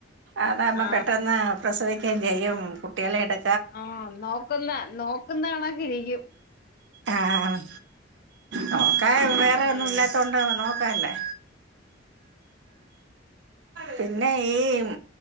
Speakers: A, on the right; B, on the left.
A: അതാവുമെ
B: ആഹ്
A: പെട്ടന്ന്. പ്രസവിക്കയും ചെയ്യും കുട്ട്യേളെ എട.
B: ആഹ്. നോക്ക്ന്ന നോക്കുന്നണകിരിക്യും..
A: ആഹ് നോക്കാ വേറെ ഒന്നും
B: ആഹ്
A: ഇല്ലാത്തോണ്ട നോക്കാല്ലേ. പിന്നെ ഈമ്..